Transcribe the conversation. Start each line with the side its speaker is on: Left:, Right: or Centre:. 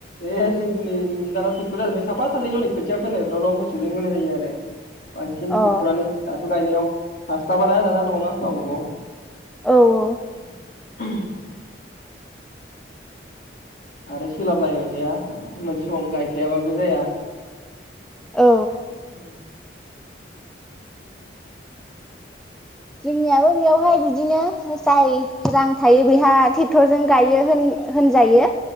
Left: ए जिखिनि दाना टेक्टर जाजोबाय साफा सानैल' नै खोथिया फोनायफ्रावल' मोसौजों होनाय जायो आरो। बांसिन
Centre: अ
Left: टेकटर आनो दा बे गायनायाव हासथाबाना दाना नङाबा गावबागाव
Centre: औ औ।
Left: <inaudible> आरो सोलाबलायबाय थाया मोनसे समावनो गायखायाबाबो जाया।
Centre: औ
Left: उम।
Centre: जोंनियाबो बेयावहाय बिदिनो जाय रां थायो बेहा टेक्टरजों गायो होन होनजायो